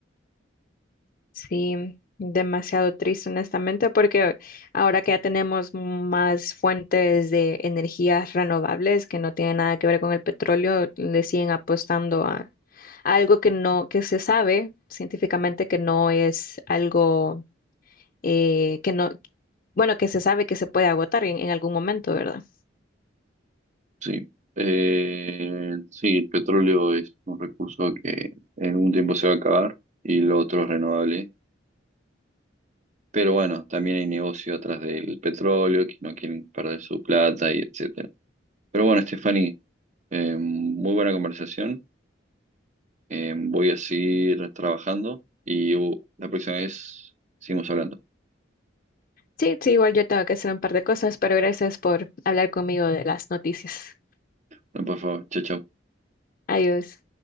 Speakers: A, on the left; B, on the right.
A: Sí, demasiado triste, honestamente, porque ahora que ya tenemos más fuentes de energías renovables que no tienen nada que ver con el petróleo, le siguen apostando a, a algo que no, que se sabe científicamente que no es algo eh, que no, bueno, que se sabe que se puede agotar en, en algún momento, ¿verdad?
B: sí. Eh, sí, el petróleo es un recurso que en un tiempo se va a acabar y lo otro es renovable. Pero bueno, también hay negocio atrás del petróleo, que no quieren perder su plata y etcétera. Pero bueno, Stephanie, eh, muy buena conversación. Eh, voy a seguir trabajando y uh, la próxima vez seguimos hablando.
A: Sí, sí, igual yo tengo que hacer un par de cosas, pero gracias por hablar conmigo de las noticias.
B: Por favor, chao, chao.
A: Adiós.